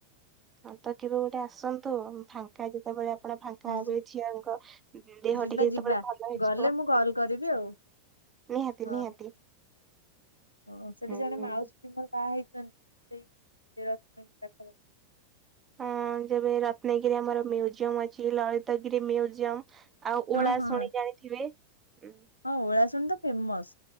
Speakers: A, on the right; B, on the left.
A: ଫାଙ୍କା କେବେ ଗୋଟେ ଆସନ୍ତୁ, ଫାଙ୍କା ଯେତେବେଳେ ଆସ ଆପଣ ଫାଙ୍କାବେ
B: ହଁ ଯି
A: ଝିଅଙ୍କ ଦେହ
B: ଯିବା
A: ଟିକେ ଯେତେବେଳେ
B: ଯିବା
A: ଭଲ ହେଇଯିବ
B: ଗଲେ ମୁଁ କଲ୍ କରିବି ଆଉ
A: ନିହାତି
B: ହଁ
A: ନିହାତି।
B: ହଁ ସେଠି
A: ହୁଁ
B: ଜଣେ
A: ହୁଁ।
B: ମାଉସୀ ମୋର ବାହା ହେଇଛନ୍ତି। ସେଇ ରନ ଦେଖାଖି <unintelligible>
A: ହଁ ଯେବେ ରତ୍ନଗିରି ଆମର ମୁଜିୟମ ଅଛି, ଲଳତାଗିରି ମୁଜିୟମ ଆଉ
B: ହଁ
A: ଓଳା
B: ହଁ
A: ଶୁଣି
B: ହଁ
A: ଜାଣିଥିବେ? ହୁ
B: ହଁ ଓଳାଶୁଣ ତ ଫେମସ,